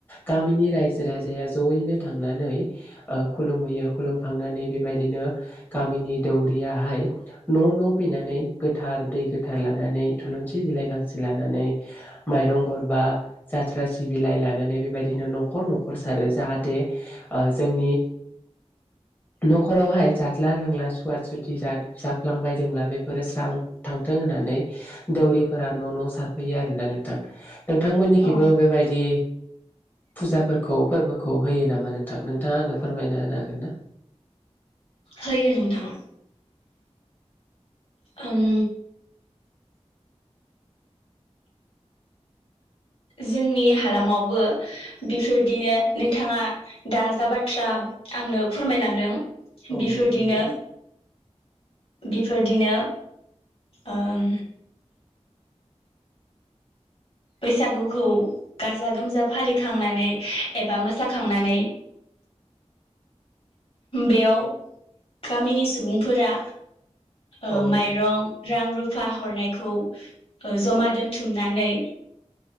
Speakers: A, on the left; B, on the left.
A: गामिनि रायजो राजाया जयैनो थांनानै ओ खुलुमहैयो खुलुमखांनानै बेबायदिनो गामिनि दौरियाहाय न' न' फैनानै गोथार दै थार लानानै थुलुनसि बिलाइ गांसे लानानै, माइरं गरबा, जाथ्रा सि बिलाइ लानानै बेबायदिनो न'खर न'खर सारो जाहाथे ओ जोंनि न'खरावहाय जादला लोंला सुवा सुथि जाद जाफ्लांबायदोंब्ला बेफोरो स्रां थां थों होननानै दौरिफोरा न' न' सारफैयो आरोना नोंथां। नोंथांमोननिखैबो
B: औ
A: बेबायदि फुजाफोरखौ फोरबोखौ होयो नामा नोंथां? नोंथाङा आंनो फोरमायना होनो हागोन ना?
B: होयो नोंथां। ओम जोंनि हालामावबो बेफोरदिनो नोंथाङा दा जाबाथ्रा आंनो फोरमायलांदों।
A: औ
B: बेफोरदिनो
A: नंगौ नोंथां
B: बेफोरदिनो ओम बैसागुखौ गाजा गोमजा फालिखांनानै एबा मोसाखांनानै बेयाव गामिनि सुबुंफोरा ओ
A: औ नंगौ।
B: माइरं रां रु फा हरनायखौ ओ जमा दोनथुमनानै